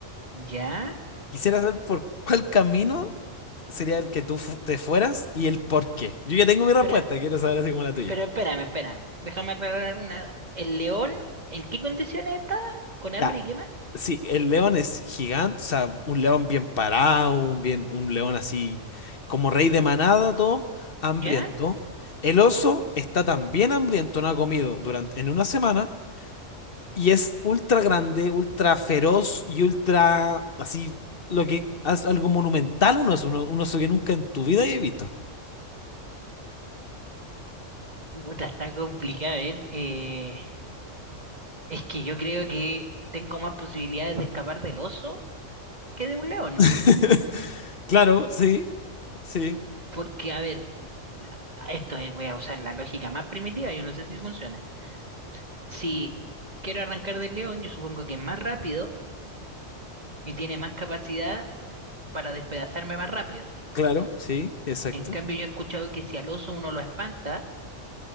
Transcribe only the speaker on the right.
ya.
Pero,
pero espérame, espérame. Déjame aclarar una. ¿El león en qué condiciones estaba? ¿Con
hambre y qué más?
¿Ya?
Puta, está complicado, ¿eh? Eh, es que yo creo que tengo más posibilidades de escapar del oso que de un león.
Porque, a ver, esto es- voy a usar la lógica más primitiva, yo no sé si funciona. Si quiero arrancar del león, yo supongo que es más rápido y tiene más capacidad para despedazarme más rápido.
En cambio, yo he escuchado que si al oso uno lo espanta,